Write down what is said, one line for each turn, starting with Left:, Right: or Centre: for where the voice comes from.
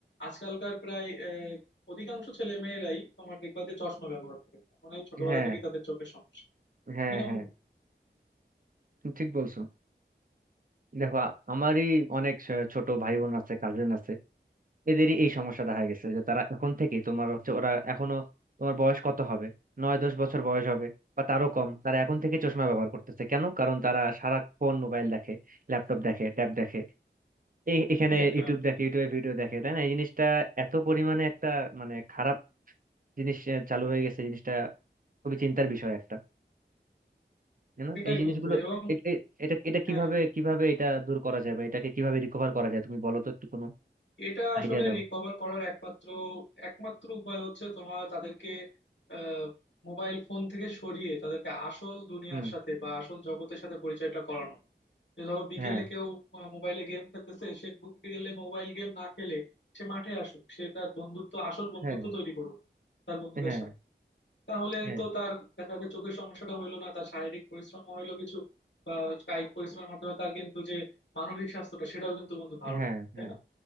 Left: আজকালকার প্রায় আহ, অধিকাংশ ছেলে মেয়েরাই তোমার দেখবা যে চশমা ব্যবহার করে মানে ছোটবেলা
Right: হ্যাঁ
Left: থেকেই তাদের চোখের সমস্যা
Right: হ্যাঁ
Left: মানে
Right: হ্যাঁ
Left: বন্ধু,
Right: তুমি ঠিক বলছো দেখো আ- আমারই অনেক স- ছোট ভাই বোন আছে কাজিন আছে এদেরই এই সমস্যা দেখা গেছে যে তারা এখন থেকে তোমার হচ্ছে ওরা এখনো তোমার বয়স কত হবে নয় দশ বছর বয়স হবে বা তারও কম তারা এখন থেকে চশমা ব্যবহার করতেছে কেন কারণ তারা সারাক্ষণ মোবাইল দেখে ল্যাপটপ দেখে ট্যাব দেখে এই এখানে
Left: কি একটা
Right: ইউটিউব
Left: ব্যাপার
Right: দেখে ইউটিউবে ভিডিও দেখে তাই না এই জিনিসটা এত পরিমাণে একটা মানে খারাপ জিনিস আহ, চালু হয়ে গেছে জিনিসটা খুবই চিন্তার বিষয় একটা তাই না
Left: সেটাই
Right: এই জিনিসগুলো
Left: বন্ধু এবং
Right: এ- এ- এটা এটা কিভাবে
Left: হ্যাঁ হ্যাঁ,
Right: কিভাবে এটা দূর করা যায় বা এটাকে কিভাবে রিকভার করা যায় তুমি বলো তো একটু কোনো
Left: এটা আসলে
Right: আইডিয়া দাও
Left: রিকভার করার একমাত্র একমাত্র উপায় হচ্ছে তোমার তাদেরকে আহ মোবাইল ফোন থেকে সরিয়ে তাদেরকে আসল দুনিয়ার
Right: হুম
Left: সাথে বা আসল জগতের সাথে পরিচয়টা করানো যে ধরো বিকেলে
Right: হ্যাঁ
Left: কেউ মোবাইলে গেম খেলতেছে সে বিকেলে মোবাইল গেম না খেলে সে মাঠে আসুক সে তার বন্ধুত্ব আসল বন্ধুত্ব
Right: হ্যাঁ
Left: তৈরি করবে তার বন্ধুদের
Right: হ্যাঁ
Left: সাথে তাহলে
Right: হ্যাঁ
Left: তো তার দেখা যাচ্ছে চোখের সমস্যাটা হইলো না তার শারীরিক পরিশ্রম হইলো কিছু বা কায়িক পরিশ্রমের মাধ্যমে তার কিন্তু যে মানসিক স্বাস্থ্যটা সেটাও কিন্তু বন্ধু ভালো
Right: হ্যাঁ
Left: থাকবে,
Right: হ্যাঁ
Left: তাই না